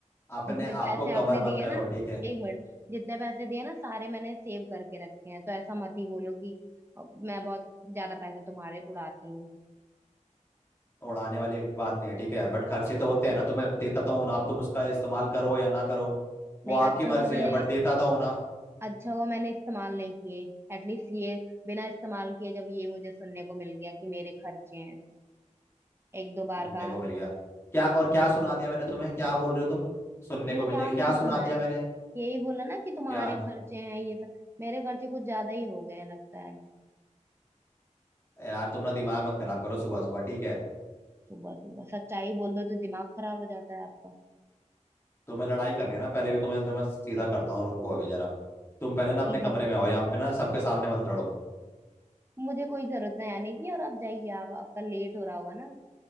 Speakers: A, on the left; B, on the right.
A: अपने
B: जितने
A: आप
B: पैसे
A: को
B: आपने
A: कवर
B: दिए
A: मत करो
B: ना
A: ठीक है
B: एक मिनट जितने पैसे दिए ना सारे मैंने सेव करके रखे हैं तो ऐसा मत ही बोलो कि अ, मैं बहुत ज्यादा पैसे तुम्हारे उड़ाती हूँ
A: उड़ाने वाली बात नहीं है ठीक है बट खर्चे तो होते हैं ना तो मैं देता तो हूँ ना आप तुम उसका इस्तेमाल करो या ना करो
B: नहीं
A: वो आपकी
B: अच्छा हुआ
A: मर्जी
B: मैंने
A: है बट देता तो हूँ ना
B: अच्छा हुआ मैंने इस्तेमाल नहीं किए एटलीस्ट ये बिना इस्तेमाल किए जब ये मुझे सुनने को मिल गया कि मेरे खर्चे हैं एक दो बार
A: सुनने
B: कहा
A: को मिल गया क्या और क्या सुना दिया मैंने तुम्हें क्या बोल रहे हो तुम सुनने
B: तुमने
A: को मिल
B: क्या
A: गया
B: नहीं
A: क्या
B: सुनाया
A: सुना दिया मैंने
B: यही बोला ना कि तुम्हारे
A: क्या नहीं
B: खर्चे हैं ये सब मेरे खर्चे कुछ ज्यादा ही हो गए हैं लगता है
A: यार तुम ना दिमाग मत खराब करो सुबह सुबह ठीक है
B: सुबह सुबह सच्चाई बोल दो तो दिमाग खराब हो जाता है आपका
A: तुम्हें लड़ाई करनी है ना पहले भी तुम्हें तुम्हें सीधा करता हूँ रुको अभी जरा तुम पहले ना
B: ठीक
A: अपने कमरे
B: है
A: में आओ यहाँ पे ना सबके सामने मत लड़ो
B: मुझे कोई जरूरत नहीं आने की और आप जाइए आप आपका लेट हो रहा होगा ना